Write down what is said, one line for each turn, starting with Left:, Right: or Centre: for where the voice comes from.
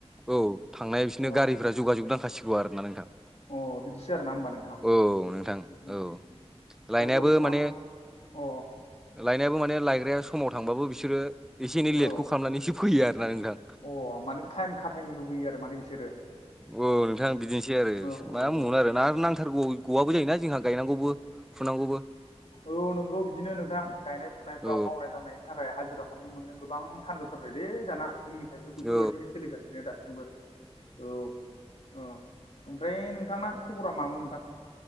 Centre: औ थांनाया बिसोरनि
Left: अ
Centre: गारिफोरा जुगाजुग नांखासिगौ आरोना नोंथां
Left: अ बिदिसो आरो ना होमबा नोंथां
Centre: औ नोंथां
Left: ओमफ्राय
Centre: औ लायनायाबो
Left: बरथमान
Centre: माने
Left: अ
Centre: लायनायाबो माने लायग्राया समाव थांबाबो बिसोरो एसे एनै
Left: औ
Centre: लेटखौ खालामनानै एसे फैयो आरोना नोंथां
Left: अ माने टाइम खाथायनो लुबैयो आरो माने बिसोरो
Centre: ओ औ नोंथां बिदिनोसै आरो
Left: औ
Centre: मा
Left: औ
Centre: बुंबावनो आरो ना आरो नांथारगौ गवाबो जायोना जोंहा गायनांगौबो फुनांगौबो
Left: औ नंगौ बिदिनो नोंथां गायनाय फुनायफ्राव
Centre: औ
Left: मावनाय दांनाय नि थाखाय हाजिराखौनो मोननो गोबां थान जाथारबायलै दाना जोंनि थायबो बेफोरबायदिनो
Centre: औ
Left: सोलिगासिनो दासिमबो औ ओमफ्राय नोंथांना खबरा मामोन नोंथां